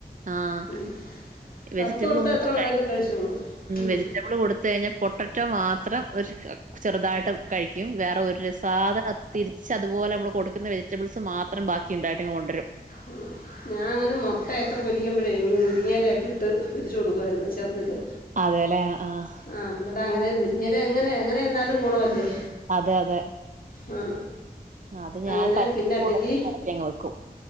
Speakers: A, on the right; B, on the left.
A: ആഹ്
B: ഉം വറുത്തു
A: വെജിറ്റബിൾ
B: കൊടുത്ത
A: ഒന്നും
B: എത്ര വേണലും
A: കഴി
B: കഴിചോളും ഉം
A: വെജിറ്റബിൾ കൊടുത്ത് കഴിഞ്ഞാൽ പൊട്ടറ്റോ മാത്രം ഒര് ചെറുതായിട്ട് കഴിക്കും വേറെ ഒരു സാധന തിരിച്ച് അതുപോലെ നമ്മള് കൊടുക്കുന്ന വെജറ്റബിൾസ് മാത്രം ബാക്കി ഇണ്ടായിട്ട് കൊണ്ടരും
B: ഉം ഞാൻ ഇങ്ങനെ മൊട്ടയക്കെ പൊരിക്കുമ്പഴേ മുരിങ്ങയലക്കെ ഇട്ട് പൊരിച്ചു കൊടുക്കായിരുന്നു ചെർതില്
A: അതെ ലേ ആഹ്
B: ആ ന്നട്ട് അങ്ങനെ മുരിങ്ങല എങ്ങനെ എങ്ങനെ തിന്നാലും ഗുണ അല്ലേ
A: അതെ അതെ
B: ആ
A: അത്
B: അങ്ങനെ
A: ഞാൻ പറ്റുന്ന
B: പിന്നെ അല്ലെങ്കി
A: കൂട്ടത്തിൽ ഇറക്കി അങ്ങ് വെക്കും.